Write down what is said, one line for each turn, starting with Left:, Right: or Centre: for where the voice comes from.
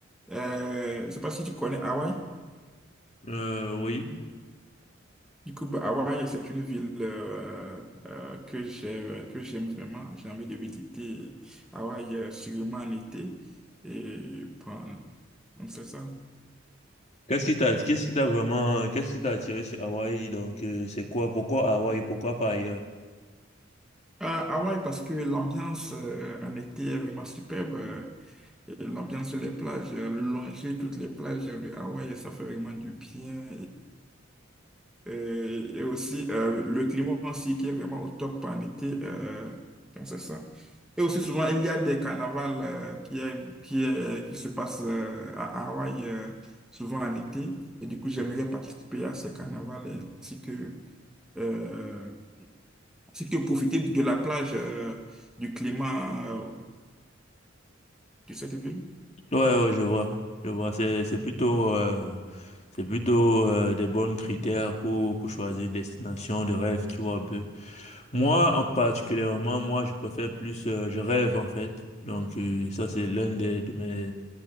Centre: euh, je ne sais pas si tu connais Hawaï.
Left: Euh, oui.
Centre: Du coup, bah, Hawaï, c'est une ville euh, euh, que j'ai, que j'aime vraiment. J'ai envie de visiter Hawaï euh, sûrement en été. Et bon, donc c'est ça.
Left: Qu'est-ce qui t'a, qu'est-ce qui t'a vraiment, qu'est-ce qui t'a attiré sur Hawaï? Donc, euh, c'est quoi? Pourquoi Hawaï? Pourquoi pas ailleurs?
Centre: Euh, Hawaï, parce que l'ambiance euh, en été est vraiment superbe. euh, et l'ambiance sur les plages, euh, longer toutes les plages de Hawaï, ça fait vraiment du bien. Et, et aussi, euh, le climat aussi qui est vraiment au top en été. euh, donc, c'est ça. Et aussi, souvent, il y a des carnavals euh, qui, est- qui, est- qui se passent euh, à Hawaï, euh, souvent en été. Et du coup, j'aimerais participer à ces carnavals ainsi que, euh, ainsi que profiter de la plage, euh, du climat euh, de cette ville.
Left: Ouais, ouais, je vois. Je vois. C'est, c'est plutôt, euh, c'est plutôt euh, des bons critères pour, pour choisir une destination de rêve, tu vois, un peu. Moi, en particulièrement, moi, je préfère plus, euh, je rêve, en fait. Donc, euh, ça, c'est l'un des, de mes,